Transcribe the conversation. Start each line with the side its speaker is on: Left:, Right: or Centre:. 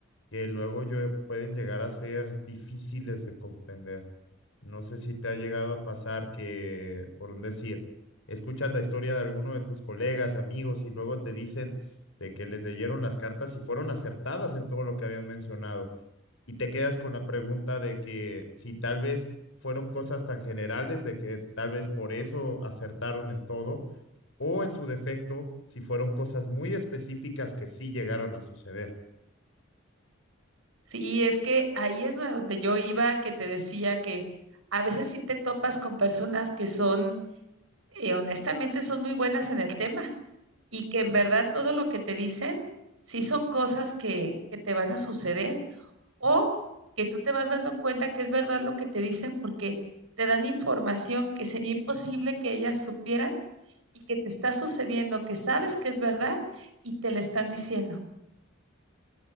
Left: que luego yo- pueden llegar a ser difíciles de comprender. No sé si te ha llegado a pasar que, por un decir, escuchas la historia de alguno de tus colegas, amigos, y luego te dicen de que les leyeron las cartas y fueron acertadas en todo lo que habían mencionado. Y te quedas con la pregunta de que si tal vez fueron cosas tan generales, de que tal vez por eso acertaron en todo, o en su defecto, si fueron cosas muy específicas que sí llegaron a suceder.
Right: Sí, es que ahí es a donde yo iba, que te decía que a veces sí te topas con personas que son, eh, honestamente, son muy buenas en el tema y que en verdad todo lo que te dicen sí son cosas que, que te van a suceder o que tú te vas dando cuenta que es verdad lo que te dicen porque te dan información que sería imposible que ellas supieran y que te está sucediendo, que sabes que es verdad y te la están diciendo.